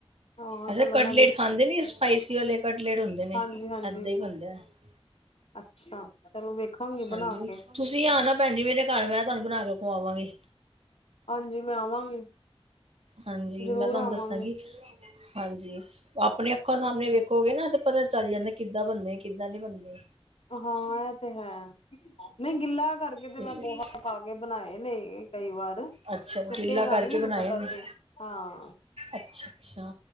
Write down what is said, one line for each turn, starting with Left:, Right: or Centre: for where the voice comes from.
Left: ਹਾਂ
Right: ਅਸ਼ਾ
Left: ਚਲੋ
Right: ਕਟਲੇਟ
Left: ਮੈਂ
Right: ਖਾਂਦੇ ਨੀ ਸਪਾਈਸੀ ਵਾਲੇ ਕਟਲੇਟ ਹੁੰਦੇ ਨੇ
Left: ਹਾਂਜੀ ਹਾਂਜੀ
Right: ਏਦਾਂ ਹੀ ਬਣਦਾ ਹੈ।
Left: ਅੱਛਾ ਚਲੋ ਵੇਖਾਂਗੀ
Right: ਹਾਂਜੀ
Left: ਬਣਾ ਕੇ
Right: ਤੁਸੀਂ ਆਣਾ ਭੈਣੀ ਮੇਰੇ ਘਰ ਮੈਂ ਤੁਹਾਨੂੰ ਬਣਾ ਕੇ ਖਵਾਵਾਂਗੀ
Left: ਹਾਂਜੀ ਮੈਂ ਆਵਾਂਗੀ
Right: ਹਾਂਜੀ
Left: ਜ਼ਰੂਰ
Right: ਮੈਂ ਤੁਹਾਨੂੰ
Left: ਆਵਾਂਗੇ
Right: ਦੱਸਾਂਗੀ ਹਾਂਜੀ ਆਪਣੇ ਅੱਖਾ ਸਾਹਮਣੇ ਵੇਖੋਗੇ ਨਾ ਤੇ ਪਤਾ ਚੱਲ ਜਾਂਦਾ ਕਿੱਦਾਂ ਬਣਨਦੇ ਕਿੱਦਾਂ ਨਹੀ ਬਣਦੇ
Left: ਹਾਂ ਇਹ ਤੇ ਹੈ। ਨਹੀਂ ਗਿੱਲਾ ਕਰਕੇ ਤੇ
Right: ਇਸ-
Left: ਮੈਂ ਪੋਹਾ ਪਾ ਕੇ ਬਨਾਏ ਨੇ ਕਈ ਵਾਰ।
Right: ਅੱਛਾ
Left: ਸੁੱਕੇ
Right: ਗਿੱਲਾ
Left: ਦਾ
Right: ਕਰਕੇ
Left: ਨੀ ਮੈਨੂੰ
Right: ਬਣਾਏ
Left: ਪਤਾ
Right: ਨੇ
Left: ਸੀ ਹਾਂ।
Right: ਅੱਛਾ ਅੱਛਾ।